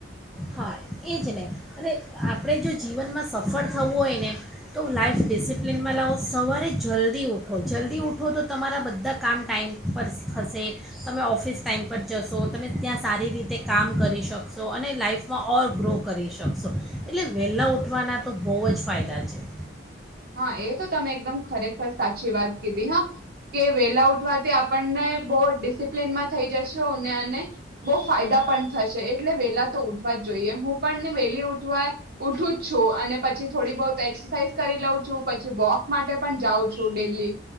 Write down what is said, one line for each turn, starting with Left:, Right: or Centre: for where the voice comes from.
Centre: હા એ જ ને અને અને આપણે જો જીવનમાં સફળ થવું હોય ને તો લાઈઇફ ડિસિપ્લિનમાં લાવો સવારે જલ્દી ઉઠો જલ્દી ઉઠો તો તમારા બધા કામ ટાઈમ પર થશે તમે ઓફિસ ટાઈમ પર જશો તમે ત્યાં સારી રીતે કામ કરી શકશો અને લાઈફ માં ઓર ગ્રો કરી શકશો, એટલે વહેલા ઉઠવાના તો બહુ જ ફાયદા છે.
Right: હા એ તો તમે એકદમ ખરેખર સાચી વાત. હ, કે વેલા ઉઠવાથી આપણને બહુ ડિસિપ્લન માં થઈ જશો અને, બહ ફાયદા પણ થશે એટલે વેલા તો ઉઠવા જ જોઈએ હું ને વેલી ઉઠવા ઉઠું જ છું અને પછી થોડી બ એક્સરસાઇઝ કરી લઉ છ. પછી વોક માટે પણ જાઉ છું ડેલી.